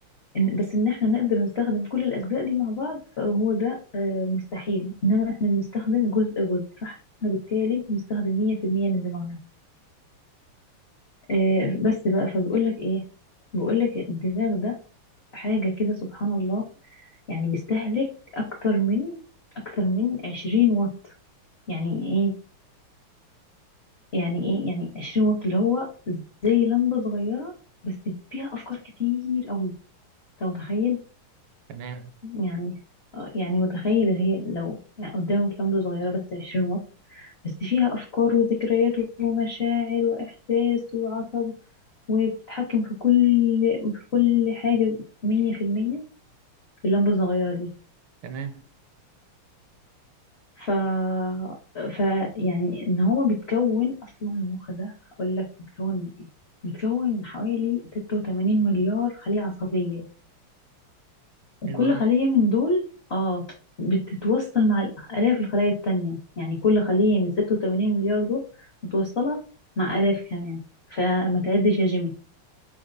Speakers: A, on the left; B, on the right.
A: إن- بس إن احنا نقدر نستخدم كل الأجزاء دي مع بعض فهو ده آه مستحيل إنما احنا بنستخدم جزء جزء فاحنا بالتالي بنستخدم 100% من دماغنا آه بس بقى فبيقولك إيه بيقولك الدماغ ده حاجة كده سبحان الله يعني بيستهلك أكتر من أكتر من 20 واط يعني إيه يعني إيه يعني 20 واط اللي هو زي لمبة صغيرة بس فيها أفكار كتير قوي أنت متخيل
B: تمام
A: يعني آه، يعني متخيل اللي هي لو يعني قدامك لمبة صغيرة بس 20 واط بس فيها أفكار وذكريات ومشاعر وإحساس وعصب وبتتحكم في كل في كل حاجة مية في المية في اللمبة الصغيرة دي
B: تمام
A: ف... ف يعني ان هو بيتكون اصلا المخ ده هقول لك بيتكون من ايه بيتكون من حوالي 86 مليار خلية عصبية وكل
B: حلو أوي
A: خلية من دول اه بت- بتتوصل مع الاف الخلايا التانية يعني كل خلية من 86 مليار دول متوصلة مع الاف كمان فما تعدش يا جيمي